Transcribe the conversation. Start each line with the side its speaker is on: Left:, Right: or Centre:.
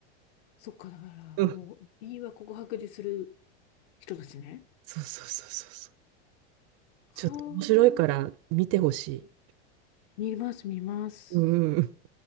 Left: そっか、だから、
Right: うん。
Left: もう、民話告白でする人たちね。
Right: そうそうそうそうそう。
Left: はあ、
Right: ちょっと面白いから見てほしい。
Left: 見ます、見ます。
Right: うん。